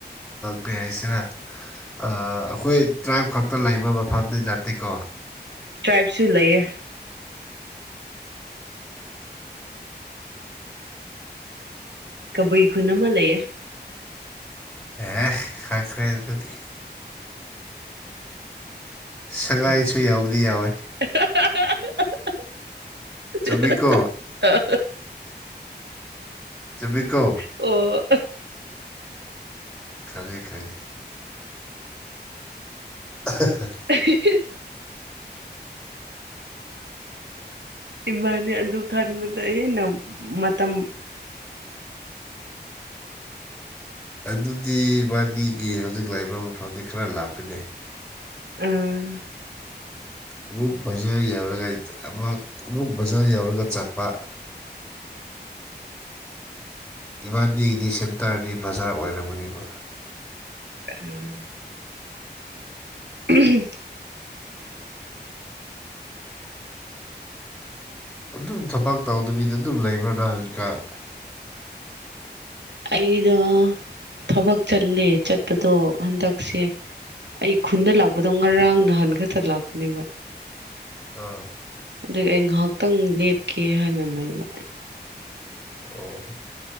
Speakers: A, in the centre; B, on the right (about 80°).
A: ꯀꯔꯤ ꯍꯥꯏꯁꯤꯔ ꯑꯩꯈꯣꯏ ꯇ꯭ꯔꯥꯏꯞ ꯈꯛꯇ ꯂꯩꯕ ꯃꯐꯝꯗꯤ ꯅꯠꯇꯦꯀꯣ
B: ꯇ꯭ꯔꯥꯏꯞꯁꯨ ꯂꯩꯌꯦ ꯀꯕꯨꯏ ꯈꯨꯟ ꯑꯃ ꯂꯩꯌꯦ
A: ꯑꯦ ꯈꯪꯈꯔ ꯑꯗꯨꯗꯤ ꯁꯒꯥꯏꯁꯨ
B: ꯀꯔꯤ
A: ꯌꯥꯎꯕꯨꯗꯤ ꯌꯥꯎꯋꯦ
B: <unintelligible>
A: ꯆꯨꯝꯃꯤꯀꯣ
B: <unintelligible>
A: ꯆꯨꯝꯃꯤꯀꯣ
B: ꯑꯣ
A: ꯈꯪꯉꯦ ꯈꯪꯉꯦ <inaudible>
B: <unintelligible> ꯏꯃꯅꯤ ꯑꯗꯨ ꯀꯥꯟꯗꯨꯗ ꯍꯦꯟꯅꯝ ꯃꯇꯝ
A: ꯑꯗꯨꯗꯤ ꯏꯕꯥꯟꯅꯤꯒꯤ ꯍꯧꯖꯤꯛ ꯂꯥꯛꯏꯕ ꯃꯐꯝꯗꯤ ꯈꯔ ꯂꯥꯞꯄꯦꯅꯦ
B: ꯎꯝ
A: ꯑꯃꯨꯛ ꯕꯖꯥꯔ ꯌꯧꯔꯒ ꯑꯃꯨꯛ ꯑꯃꯨꯛ ꯕꯖꯥꯔ ꯌꯧꯔꯒ ꯆꯥꯠꯄ ꯏꯕꯥꯟꯅꯤꯒꯤꯗꯤ ꯁꯦꯟꯇꯔꯗꯤ ꯕꯖꯥꯔ ꯑꯣꯏꯔꯝꯒꯅꯤꯕ
B: <inaudible> <unintelligible>
A: ꯑꯗꯨꯝ ꯊꯕꯛ ꯇꯧꯗꯕꯤꯗ ꯑꯗꯨꯝ ꯂꯩꯕ꯭ꯔ ꯅꯪ ꯍꯧꯖꯤꯛꯀꯥꯟ
B: ꯑꯩꯗꯣ ꯊꯕꯛ ꯆꯠꯂꯦ ꯆꯠꯄꯗꯣ ꯍꯟꯗꯛꯁꯦ ꯑꯩ ꯈꯨꯟꯗ ꯂꯥꯛꯄꯗꯣ ꯉꯔꯥꯡ ꯅꯍꯟ ꯈꯛꯇ ꯂꯥꯛꯄꯅꯦꯕ
A: ꯑꯥ
B: ꯑꯗꯨꯗꯤ ꯑꯩ ꯉꯥꯏꯍꯥꯛꯇꯪ ꯂꯦꯞꯀꯦ ꯍꯥꯏꯅ ꯂꯩꯕ
A: ꯑꯣ